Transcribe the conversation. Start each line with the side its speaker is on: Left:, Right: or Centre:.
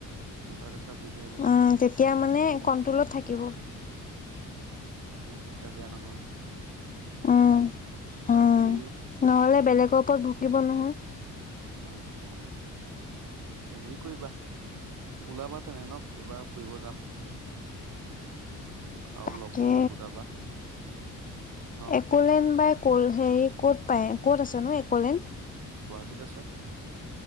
Right: দুচাত এচাত দি থাকিব লাগে,
Left: উম, তেতিয়া মানে
Right: বেয়া
Left: কন্ট্ৰলত
Right: নহয়।
Left: থাকিব।
Right: উ, তেতিয়া বেয়া নহয়।
Left: উম,
Right: বাকী
Left: উম, নহ'লে বেলেগৰ ওপৰত ভুকিব নহয়।
Right: উম উম হেৰি কৰিবা ওলাবা তেনে ন এইবাৰ ফুৰিব যাম আৰু
Left: তাকে
Right: লগ বন্ধু গোটাবা ন
Left: এক'লেন বাাই ক'ল হেৰি ক'ত পায় ক'ত আছে নো এক'লেন
Right: গুৱাহাটীত আছে